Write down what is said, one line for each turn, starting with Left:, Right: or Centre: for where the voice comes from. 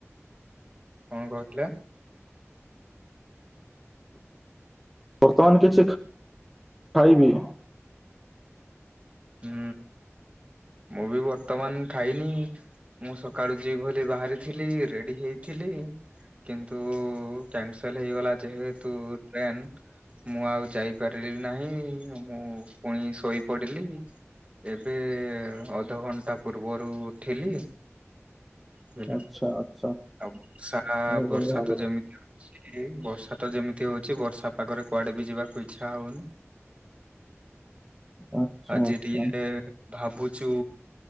Right: କଣ କହୁଥିଲେ?
Centre: ବର୍ତ୍ତମାନ କିଛି ଖ୍ ଖାଇବି।
Right: ହୁଁ ମୁଁ ବି ବର୍ତ୍ତମାନ ଖାଇନି। ମୁଁ ସକାଳୁ ଯିବି ବୋଲି ବାହାରିଥିଲି ରେଡି ହେଇଥିଲି। କିନ୍ତୁ କ୍ୟାନସେଲ ହେଇଗଲା ଯେହେତୁ ଟ୍ରେନ୍ ମୁଁ ଆଉ ଯାଇପାରିଲି ନାହିଁ ମୁଁ ପୁଣି ଶୋଇପଡ଼ିଲି। ଏବେ ଏ ଅଧଘଣ୍ଟା ପୂର୍ବରୁ ଉଠିଲି। ହୁଁ ଆଉ
Centre: ଆଚ୍ଛା ଆଚ୍ଛା
Right: ବର୍ଷାଆ
Centre: ଏଇଭଳି
Right: ବର୍ଷା
Centre: ଭାବରେ
Right: ତ ଯେମିତି ସ୍ଲି ବର୍ଷାତ ଯେମିତି ହଉଛି ବର୍ଷା ପାଗରେ କୁଆଡେ ବି ଯିବାକୁ ଇଚ୍ଛା ହଉନି।
Centre: ଆଚ୍ଛା
Right: ଆଜି
Centre: ଆଚ୍ଛା
Right: ଟିକେ ଭାବୁଛୁ